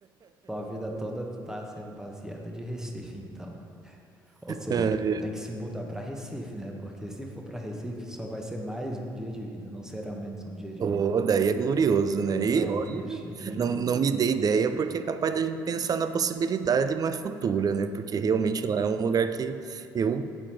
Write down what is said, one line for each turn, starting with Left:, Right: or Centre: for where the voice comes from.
Centre: sua vida toda está sendo baseada de Recife, então. Ou seja,
Right: É,
Centre: tem que se mudar para Recife, né? Porque se for para Recife, só vai ser mais um dia de vida, não será menos um dia de
Right: Oh,
Centre: vida.
Right: daí é glorioso,
Centre: É,
Right: né?
Centre: exato,
Right: E olha,
Centre: acho que.
Right: não, não me dei ideia, porque é capaz da gente pensar na possibilidade mais futura, né? Porque
Centre: é,
Right: realmente lá é um lugar que eu